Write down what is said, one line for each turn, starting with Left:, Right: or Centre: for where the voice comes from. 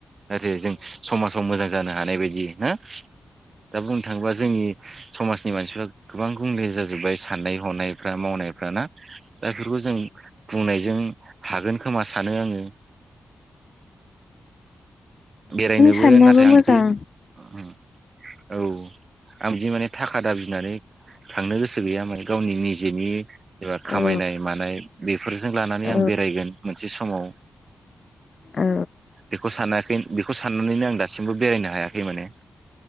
Right: जाहाथे जों समाजाव मोजां जानो हानाय बायदि ना दा बुंनो थाङोबा जोंनि समाजनि मानसिफ्रा गोबां गुबुंले जाजोब्बाय साननाय हनायफ्रा मावनाय नायफ्रा ना दा बेफोरखौ जों बुंनायजों हागोन खोमा सानो आङो बेरायनोबो
Left: साननायाबो
Right: नाथाय आं
Left: मोजां
Right: बिदि ओं औ आं जि माने थाखा दाबिनानै थांनो गोसो गैया माने गावनि निजेनि एबा खामायनाय
Left: औ
Right: मानाय बेफोरजों लानानै
Left: औ
Right: आं बे बेरायगोन मोनसे समाव
Left: औ
Right: बेखौ सानाखै बेखौ साननानैनो आं दासिमबो बेरायनो हायाखै माने